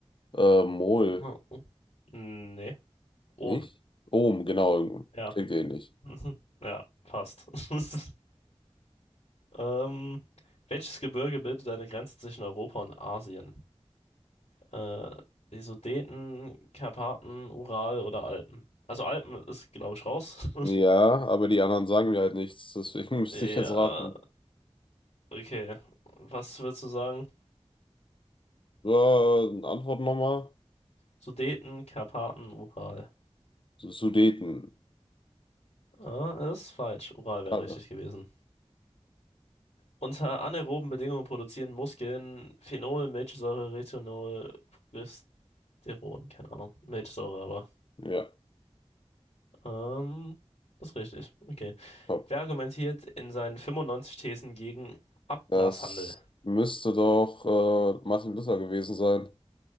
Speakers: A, on the left; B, on the left.
A: äh, Mol,
B: Oh, oh. Nee. Ohm.
A: nicht? Ohm, genau.
B: Ja.
A: Klingt ähnlich.
B: <laughs> Ja, passt. <laughs> Ähm, welches Gebirge bildet eine Grenze zwischen Europa und Asien? Äh, die Sudeten, Karpaten, Ural oder Alpen? Also Alpen ist, glaube ich, raus. <laughs>
A: Ja, aber die anderen sagen mir halt nichts, deswegen <laughs> müsste
B: Ja,
A: ich jetzt raten.
B: okay. Was würdest du sagen?
A: Äh, Antwort nochmal.
B: Sudeten, Karpaten, Ural.
A: Sudeten.
B: Ah, ist falsch. Ural wäre
A: Alle.
B: richtig gewesen. Unter anaeroben Bedingungen produzieren Muskeln Phenol, Milchsäure, Retinol, Progesteron. Keine Ahnung. Milchsäure aber.
A: Ja,
B: Ähm, das ist richtig. Okay.
A: top.
B: Wer argumentiert in seinen 95 Thesen gegen Ablasshandel?
A: Das müsste doch äh, Martin Luther gewesen sein.